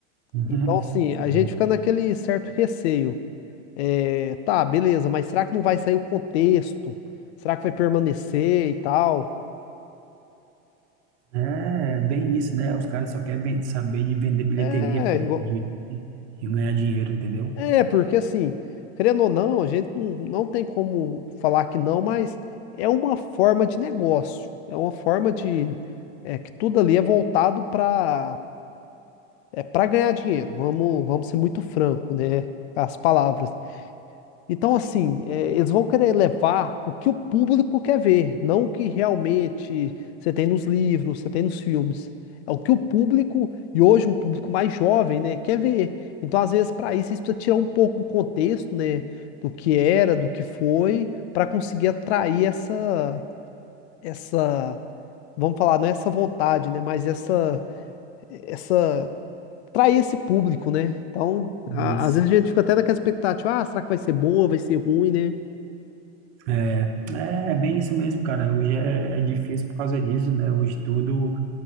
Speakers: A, on the right; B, on the left.
A: Uhum.
B: Então, assim,
A: <laughs>
B: a
A: Sim.
B: gente fica naquele certo receio. É, tá, beleza, mas será que não vai sair o contexto? Será que vai permanecer e tal?
A: É, bem isso, né? Os caras só querem ven- saber de vender bilheteria,
B: É,
A: pô,
B: igual-
A: de, de ganhar dinheiro, entendeu?
B: é, porque assim, querendo ou não, a gente não, não tem como falar que não, mas é uma forma de negócio, é uma forma de, é, que tudo ali é voltado para é, para ganhar dinheiro, vamos, vamos ser muito franco, né, com as palavras. Então, assim, é, eles vão querer levar o que o público quer ver, não o que realmente você tem nos livros, você tem nos filmes. É o que o público, e hoje um público mais jovem, né, quer ver. Então, às vezes, para isso, você precisa tirar um pouco o contexto, né, do que era, do que foi, para conseguir atrair essa, essa, vamos falar, não é essa vontade, né, mas essa, essa, atrair esse público, né? Então, a-
A: Isso.
B: às vezes a gente fica até naquela expectativa, ah, será que vai ser boa, vai ser ruim, né?
A: É, é é bem isso mesmo, cara. Hoje é, é difícil por causa disso, né? Hoje tudo